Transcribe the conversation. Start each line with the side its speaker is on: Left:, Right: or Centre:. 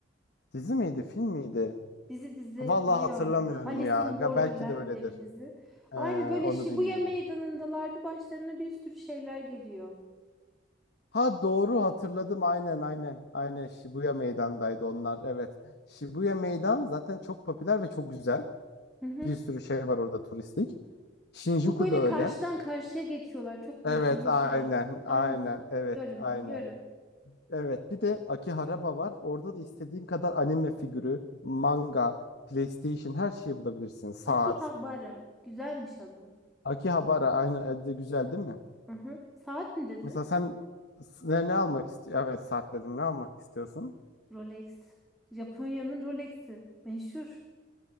Left: Dizi miydi, film miydi?
Centre: Dizi dizi
Left: Vallahi
Centre: biliyorum.
Left: hatırlamıyorum
Centre: Alice
Left: ya.
Centre: in
Left: Ga-
Centre: Borderland
Left: Belki de öyledir.
Centre: diye bir dizi.
Left: Ee,
Centre: Aynı böyle
Left: onu
Centre: Shibuya
Left: bilmiyorum.
Centre: meydanındalardı. Başlarına bir sürü şeyler geliyor.
Left: Ha doğru hatırladım aynen aynen. Aynen Shibuya Meydan'daydı onlar. Evet. Shibuya Meydan zaten çok popüler ve çok güzel.
Centre: Hı hı.
Left: Bir sürü şey var orada turistik. Shinjuku
Centre: Bu böyle
Left: da
Centre: karşıdan
Left: öyle.
Centre: karşıya geçiyorlar. Çok
Left: Evet,
Centre: ve geniş
Left: aynen,
Centre: evler. Tamam
Left: aynen,
Centre: tamam
Left: evet,
Centre: biliyorum
Left: aynen.
Centre: biliyorum.
Left: Evet, bir de Akihabara var. Orada da istediğin kadar anime figürü, manga, PlayStation her şeyi bulabilirsin. Saat.
Centre: Akihabara. Güzelmiş adı.
Left: Akihabara aynı e, de güzel değil mi?
Centre: Hı hı. Saat mi dedin?
Left: Mesela sen ne, ne almak istiyorsun? Evet, saat dedim. Ne almak istiyorsun?
Centre: Rolex. Japonya'nın Rolex'i. Meşhur.